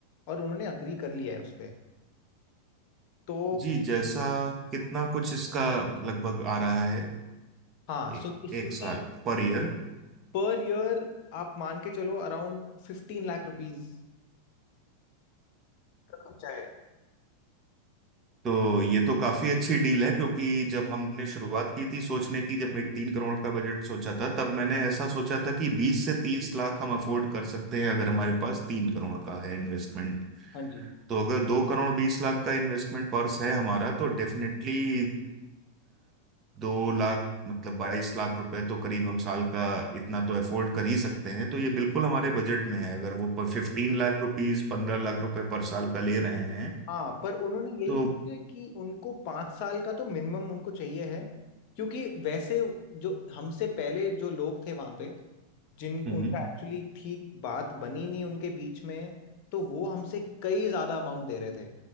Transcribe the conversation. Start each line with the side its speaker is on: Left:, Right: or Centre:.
Left: और उन्होंने अग्री कर लिया है उस पर तो
Right: जी जैसा कितना कुछ इसका लगभग आ रहा है
Left: हाँ सो
Right: एक
Left: इसमें
Right: एक साल Per year
Left: पर ईयर आप मान के चलो अराउंड फिफ्टीन लाख रुपीज का खर्चा है
Right: तो ये तो काफी अच्छी डील है क्योंकि जब हमने शुरुआत की थी सोचने की जब एक तीन करोड़ का बजट सोचा था तब मैंने ऐसा सोचा था कि बीस से तीस लाख हम अफोर्ड कर सकते हैं अगर हमारे पास तीन करोड़ का है इन्वेस्टमेंट
Left: हाँ जी
Right: तो अगर दो करोड़ बीस लाख का इन्वेस्टमेंट पर्स है हमारा तो डेफिनेटली दो लाख मतलब बाईस लाख रुपए तो करीब हम साल का इतना तो अफोर्ड कर ही सकते हैं तो ये बिल्कुल हमारे बजट में है अगर वो फिफ्टीन लाख रुपीज पंद्रह लाख रुपए पर साल का ले रहे हैं
Left: हाँ पर उन्होंने यही
Right: तो
Left: बोला है कि उनको पाँच साल का तो मिनिमम उनको चाहिए है क्योंकि वैसे जो हमसे पहले जो लोग थे वहाँ पे जिन उनका
Right: हम्म
Left: एक्चुअली ठीक बात बनी नहीं उनके बीच में तो वो हमसे कई ज़्यादा अमाउंट दे रहे थे